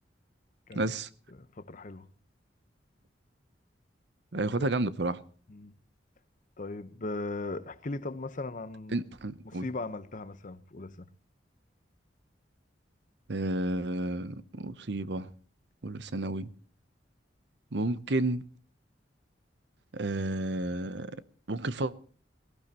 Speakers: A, on the left; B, on the right.
A: كانت
B: بس
A: آه، فترة حلوة
B: هي
A: طب
B: خدتها
A: ك-
B: جامده بصراحه
A: مم. طيب آه، احكي لي طب مثلا عن
B: إن-
A: مصيبة
B: قول
A: عملتها مثلا في أولى ثانوي
B: آه، مصيبه ولا ثانوي ممكن آه، ممكن فترة